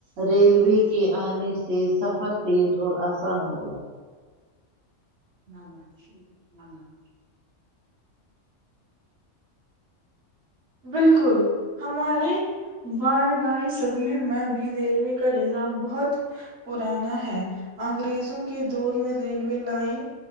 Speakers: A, on the right; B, on the right.
A: ریلوے کے آنے سے سفر تیز اور آسان ہو گیا
B: نہ نہ نہ <inaudible> بالکل ہمارے بارگائی صغیر میں بھی ریلوے کا نظام بہت پرانا ہے انگریزوں کے دور میں ریلوے لائن